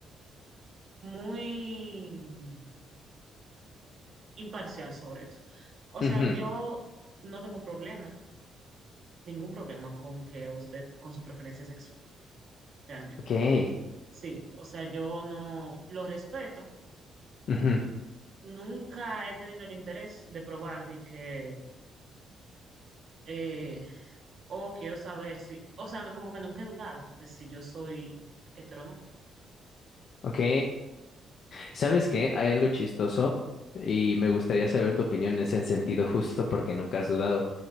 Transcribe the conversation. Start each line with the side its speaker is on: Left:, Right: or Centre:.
Right: muy imparcial sobre eso. O
Left: ujú,
Right: sea, yo no tengo problema, ningún problema con que usted, con su preferencia sexual, realmente.
Left: ok,
Right: Sí, o sea, yo no lo respeto.
Left: ujú,
Right: Nunca he tenido el interés de probar de que, eh, o quiero saber si, o sea, no- como que nunca he dudado de si yo soy hetero o no.
Left: ok. ¿Sabes qué? Hay algo chistoso y me gustaría saber tu opinión en ese sentido justo porque nunca has dudado.